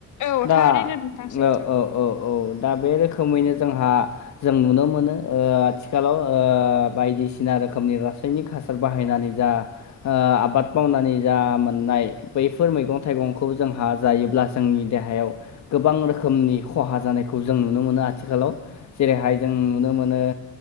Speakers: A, on the left (about 80°); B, on the left (about 65°).
A: औ
B: दा
A: थारैनो नोंथां सैथो
B: ओ ओ ओ औ दा बे रोखोम रोखोमैनो जोंहा जों नुनो मोनो आथिखालाव ओ बायदिसिना रोखोमनि हासायनि हासार बाहायनानै जा आबाद मावनानै जा मोननाय बैफोर मैगं थाइगंखौ जोंहा जायोब्ला जोंनि देहायाव गोबां रोखोमनि खहा जानायखौ जों नुनो मोनो आरो। आथिखालाव जेरैहाय जों नुनो मोनो